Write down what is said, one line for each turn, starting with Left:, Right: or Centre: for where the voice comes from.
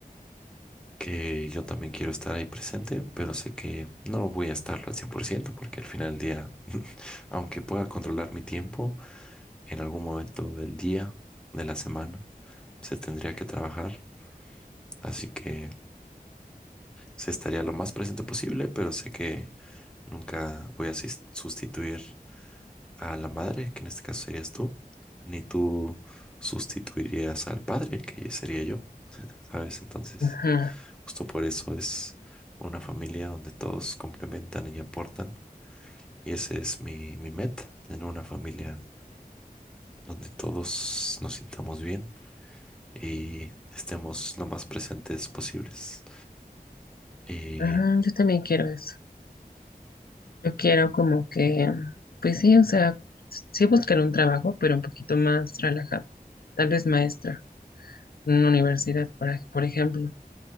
Centre: que yo también quiero estar ahí presente, pero sé que no voy a estarlo al 100% porque al final del día, aunque pueda controlar mi tiempo, en algún momento del día, de la semana, se tendría que trabajar. Así que se estaría lo más presente posible, pero sé que nunca voy a sis- sustituir. a la madre, que en este caso serías tú, ni tú sustituirías al padre, que sería yo, <laughs> ¿sabes? Entonces,
Left: Ajá,
Centre: justo por eso es una familia donde todos complementan y aportan. Y ese es mi, mi meta, tener una familia donde todos nos sintamos bien y estemos lo más presentes posibles. Y
Left: ajá, yo también quiero eso. Yo quiero como que, pues sí, o sea, sí buscar un trabajo, pero un poquito más relajado. Tal vez maestra en una universidad, por, ej- por ejemplo.